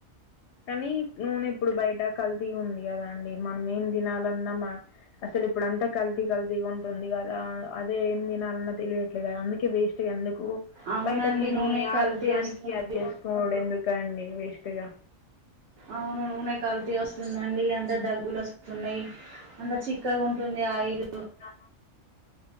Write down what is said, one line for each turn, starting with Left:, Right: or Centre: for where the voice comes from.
Left: కానీ, నునె ఇప్పుడు బయట కల్తీగుంది కదా అండి, మనం ఏం తినాలన్నా మా అస ఇప్పుడు అంతా కల్తీ కల్తీగా ఉంటుంది కదా! అదే ఏం తినాలన్నా తెలియట్లే కదా! అందుకే వేస్ట్ అందు కు
Right: అవునండి.
Left: బయట దీని
Right: నూనె కల్తీ
Left: ఆరోగ్యానికి
Right: వస్తుంది.
Left: అబ్ చేసుకోవడం ఎందుకండి వేస్ట్గా.
Right: అవును నూనె కల్తీ వస్తుందండి. అందరు దగ్గులు వస్ న్నాయి అంత చిక్కగుంటుంది ఆయిల్.
Left: అ